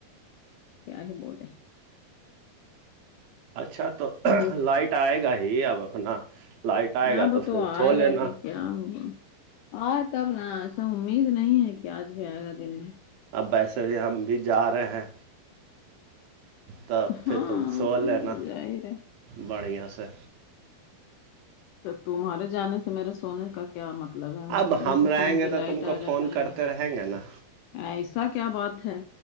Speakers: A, on the left (about 80°); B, on the right (about 75°).
A: کیا ہی بولے
B: اچھا تو
A: وہ
B: لائٹ آئے گا ہی اب اپنا لائٹ آئے گا
A: اب
B: تو پھر
A: آئے
B: سو
A: گا
B: لینا
A: کہ کیا ہوا ائے تب نا ایسا امید نہیں ہے کہ آج بھی آئے گا دن میں
B: اب ویسے بھی ہم بھی جا رہے ہیں تو پھر
A: ہاں
B: تم سو
A: تم
B: لینا
A: تو ظاہر ہے
B: بڑھیا سے
A: تمہارے جانے سے میرے سونے کا کیا مطلب ہے ہم
B: اب
A: کبھی بھی
B: رہیں
A: سوئیں گے
B: تو
A: لائٹ
B: تم کو
A: آئے گا
B: فون
A: تب
B: کرتے
A: نا
B: رہیں گے نا
A: ایسا کیا بات ہے